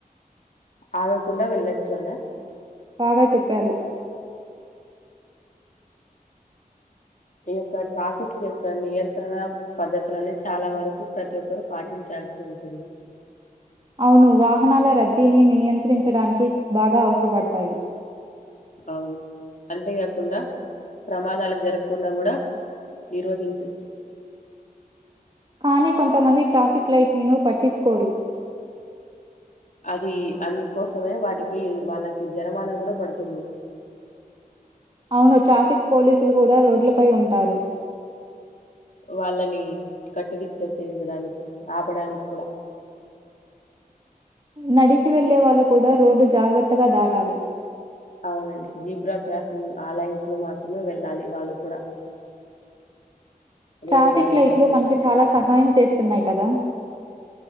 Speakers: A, on the left; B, on the right.
A: ఆగకుండా వెళ్ళొచ్చు అనా?
B: బాగా చెప్పారు.
A: ఈ యొక్క ట్రాఫిక్ యొక్క నియంత్రణ పద్ధతులని చాలా వరకు ప్రతి ఒక్కరు పాటించాల్సి ఉంటుంది.
B: అవును. వాహనాల రద్దీని నియంత్రించడానికి బాగా అవసరపడతాయి.
A: అవును. అంతేగాకుండా ప్రమాదాలు జరగకుండా గూడా నిరోధించొచ్చు.
B: కానీ కొంతమంది ట్రాఫిక్ లైట్లను పట్టించుకోరు.
A: అది అందుకోసమే వాటికి వాళ్ళకి జరమానా కూడా పడుతుంది
B: అవును. ట్రాఫిక్ పోలీసులు కూడా రోడ్లపై ఉంటారు.
A: వాళ్ళని కట్టుదిట్ట చేయడానికి ఆపడానికి కూడా
B: నడిచి వెళ్ళేవాళ్ళు కూడా రోడ్డు జాగ్రత్తగా దాటాలి.
A: అవునండి జీబ్రా క్రాసింగ్ ఆ లైన్స్ లో మాత్రమే వెళ్ళాలి వాళ్ళు కూడా
B: ట్రాఫిక్
A: రోడ్డు దాటేటప్పుడు
B: లైట్లు మనకు చాలా సహాయం చేస్తున్నాయి కదా!